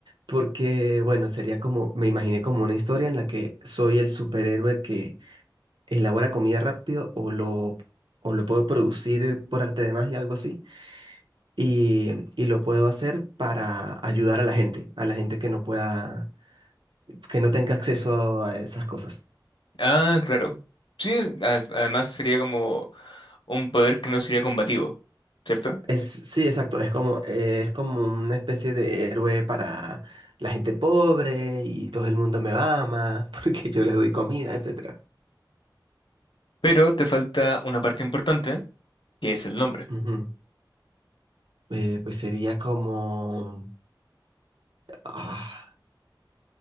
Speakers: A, on the right; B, on the left.
A: porque, bueno, sería como, me imaginé como una historia en la que soy el superhéroe que elabora comida rápido o lo, o lo puedo producir por arte de magia, algo así, y, y lo puedo hacer para ayudar a la gente, a la gente que no pueda, que no tenga acceso a esas cosas.
B: Ah, claro. Sí, es- a- además sería como un poder que no sería combativo, ¿cierto?
A: Es, sí, exacto, es como, eh, es como una especie de héroe para la gente pobre y todo el mundo me ama <laughs> porque yo les doy comida, etcétera.
B: Pero te falta una parte importante, que es el nombre.
A: Ujú. Eh, pues sería como... Ah,